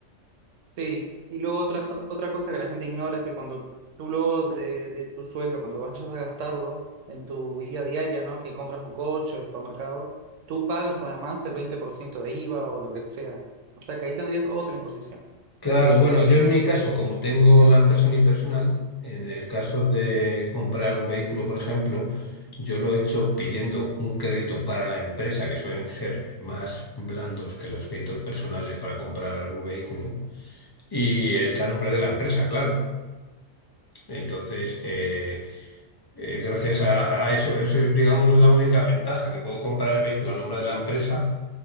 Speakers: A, on the right; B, on the left.
A: Sí, y luego otra, jo- otra cosa que la gente ignora es que cuando tú luego de, de tu sueldo, cuando vayas a gastarlo en tu vida diaria, ¿no? Que compras un coche o el supermercado, tú pagas además el 20% de IVA o lo que sea. O sea que ahí tendrías otra imposición.
B: Claro, bueno, yo en mi caso, como tengo la empresa unipersonal, en el caso de
A: Ujú.
B: comprar un vehículo, por ejemplo, yo lo he hecho pidiendo un crédito para la empresa, que suelen ser más blandos que los créditos personales para comprar un vehículo, y está
A: Sí,
B: el nombre de la empresa, claro. Entonces, eh, eh, gracias a, a eso, eso es, digamos, la única ventaja, que puedo comprar el vehículo a nombre de la empresa